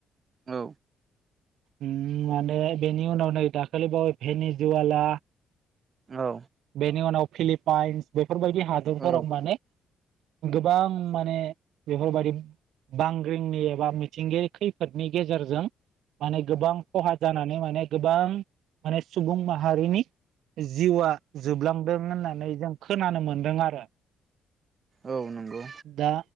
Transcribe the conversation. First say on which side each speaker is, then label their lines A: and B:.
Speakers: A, on the right; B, on the right.
A: औ
B: उम माने बेनि उनाव नै दाखालि बावै भेनि जुवाला
A: औ
B: बेनि उनाव फिलिपाइन्स बेफोरबायदि हादरफोराव
A: औ
B: माने गोबां माने बेफोरबायदि बांग्रिंनि एबा मिथिंगायारि खैफोदनि गेजेरजों माने गोबां खहा जानानै माने गोबां माने सुबुं माहारिनि जिउआ जोबलांदों होननानै जों खोनानो मोनदों आरो
A: औ नंगौ
B: दा